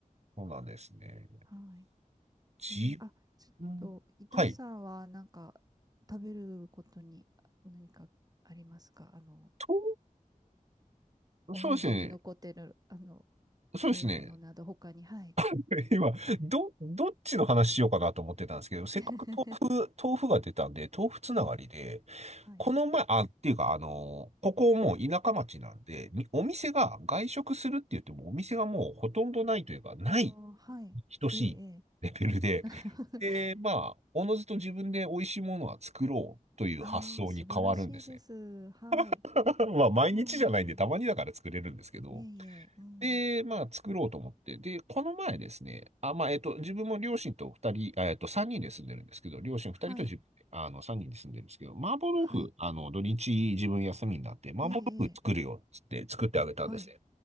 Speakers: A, on the right (about 50°); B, on the right (about 25°).
A: そうなんですね。
B: はい。
A: 自
B: えーあ、ちょっと、
A: 分、
B: いたしさんは、
A: はい。
B: なんか、食べることに何かありますかあの、
A: と、
B: 思い出に残ってる、
A: そうですね。
B: あの、
A: そうですね。
B: 食べ物など、他に、はい。
A: <laughs> 今、ど、どっちの話しようかなと思ってたんですけど、せっかく豆腐、
B: <laughs>
A: 豆腐が出たんで、豆腐つながりで、
B: ええ、はい。
A: この前、あ、っていうか、あの、ここもう田舎町なんで、みお店が外食するって言っても、お店がもうほとんどないというか、ない
B: ああ、はい。
A: 等しいレベルで、
B: ええ、ええ。<laughs>
A: で、まあ、おのずと自分で美味しいものは作ろうという発想に変わるんですね。
B: ああ、素晴らしいです。はい。
A: <laughs> まあ、毎日じゃないんで、
B: うん。
A: たまにだから作れるんですけど、
B: いえいえ、うん。
A: で、まあ、作ろうと思って。で、この前ですね、あ、まあ、えっと、自分も両親と二人、あえっと、三人で住んでるんですけど、両親二人とじ、
B: はい。
A: あの、三人で住んでるんですけど、麻婆豆腐、
B: はい。
A: あの、土日自分休みになって、麻婆豆腐作るよ、
B: ええ、ええ。
A: つって作ってあげたんですね。
B: はい。